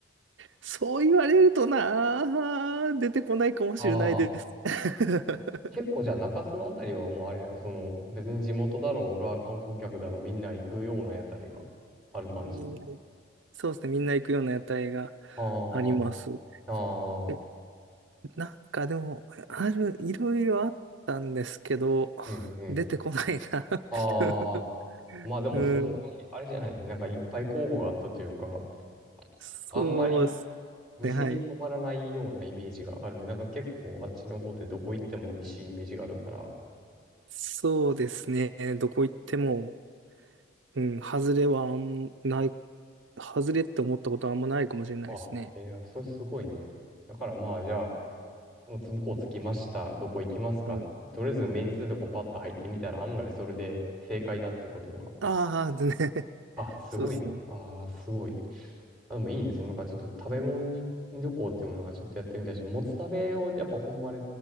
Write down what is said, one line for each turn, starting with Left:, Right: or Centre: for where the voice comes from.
Right: そう言われるとなあ、出てこないかもしれないです。
Centre: ああ。
Right: <laughs>
Centre: 結構じゃあ中洲のあたりはもうあれだよ。その別に地元だろうが観光客だろうみんな行くような屋台がある感じ。
Right: みんな、そうですね。みんな行くような屋台が
Centre: あ
Right: あります。
Centre: あ、ああ、
Right: え、なんかでも、ある、いろいろあったんですけど、
Centre: うんうん。
Right: 出てこないな
Centre: ああ、
Right: <laughs>
Centre: まあでもそんぐらいあれじゃない。
Right: うん。
Centre: なんかいっぱい候補があったというか、
Right: そうです
Centre: あんまり店に困らないようなイメージがあるね。
Right: ね。はい。
Centre: なんか結構あっちの方でどこ行っても美味しいイメージがあるから。
Right: そうですね。どこ行っても、うん、外れはあんない、外れって思ったことはあんまないかもしれないですね。
Centre: あ、えー、それすごいね。だからまあじゃあ、もうつ向こう着きました。どこ行きますかとりあえず目についたとこパッと入ってみたら案外それで正解だっていうことは。
Right: はい。ああ、でね、
Centre: あ、
Right: <laughs>
Centre: すごいね。
Right: そうですね。
Centre: ああ、すごい。あ、でもいいね。そのなんかちょっと食べ物に旅行っていうのなんかちょっとやってみたいし、
Right: はい。
Centre: もつ鍋をやっぱ本場で